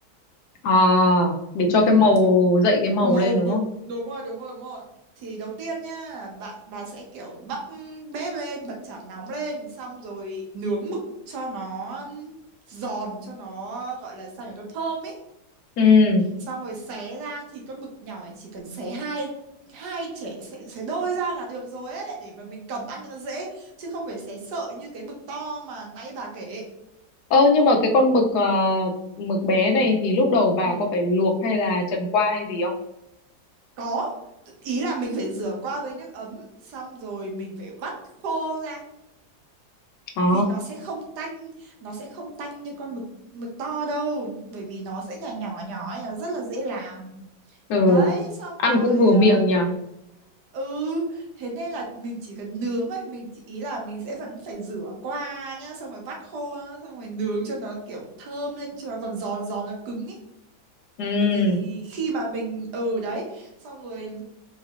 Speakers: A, on the left; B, on the right.
A: à để
B: Ừm,
A: cho cái màu dậy cái màu
B: màu
A: lên đúng
B: mực
A: không
B: đúng rồi đúng rồi đúng rồi thì đầu tiên nhá bạn bà sẽ kiểu bắc bếp lên bật chảo nóng lên xong rồi nướng mực cho nó giòn cho nó gọi là sao nhỉ cho thơm ấy
A: ừ
B: xong rồi xé ra thì con mực nhỏ này chỉ cần xé hai hai trẻ xé, xé đôi ra là được rồi ấy để mà mình cầm ăn cho nó dễ chứ không phải xé sợi như cái mực to mà nãy bà kể
A: ơ nhưng mà cái con mực ờ, mực bé này thì lúc đầu bà
B: ừ
A: có phải luộc hay là trần qua hay gì không
B: Có, ý là mình phải rửa qua với nước ấm xong rồi mình phải vắt khô ra
A: Ồ,
B: vì nó sẽ không tanh, nó sẽ không tanh như con mực mực to đâu bởi vì nó sẽ nhỏ nhỏ nhỏ ấy, nó rất là dễ làm.
A: ừ
B: Đấy, xong
A: ăn
B: rồi
A: cũng vừa
B: ờ,
A: miệng nhỉ
B: ừ thế nên là mình chỉ cần nướng thôi, mình chỉ ý là mình sẽ vẫn phải rửa qua nhá, xong rồi vắt khô nhá, xong rồi nướng cho nó kiểu thơm lên cho nó giòn giòn giòn nó cứng ấy.
A: ừ
B: Bởi vì khi mà mình ừ đấy xong rồi